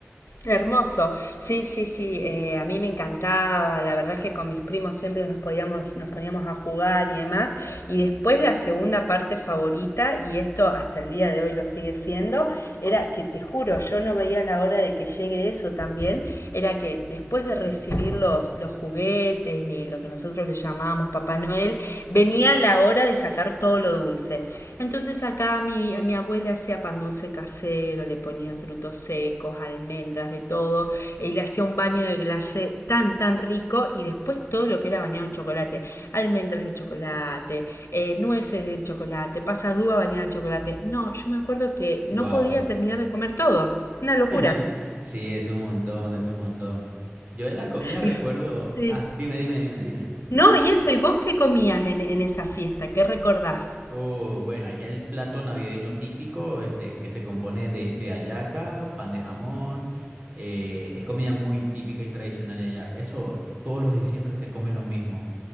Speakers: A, on the left; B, on the right.
A: Hermoso. Sí, sí, sí. eh, a mí me encantaba. La verdad es que con mis primos siempre nos podíamos, nos poníamos a jugar y demás. Y después la segunda parte favorita, y esto hasta el día de hoy lo sigue siendo, era que te juro, yo no veía la hora de que llegue eso también. Era que después de recibir los, los juguetes y lo que nosotros le llamábamos Papá Noel, venía la hora de sacar todo lo dulce. Entonces acá mi, mi abuela hacía pan dulce casero, le ponía frutos secos, almendras, de todo, y le hacía un baño de glacé tan, tan rico, y después todo lo que era bañado en chocolate, almendras de chocolate, eh, nueces de chocolate, pasas de uva bañadas en chocolate. No, yo me acuerdo que no
B: Wow.
A: podía terminar de comer todo, una
B: <laughs>
A: locura.
B: Sí, es un montón, es un montón. Yo de las comidas
A: Y,
B: recuerdo.
A: s- sí.
B: Ah, dime, dime, dime, dime.
A: No, y eso, ¿y vos qué comías en, en esa fiesta? ¿Qué recordás?
B: Oh, bueno, allá el plato navideño típico, este, que se compone de, de hallaca, pan de jamón. eh, es comida muy típica y tradicional de allá. Eso, todos los diciembre se come lo mismo.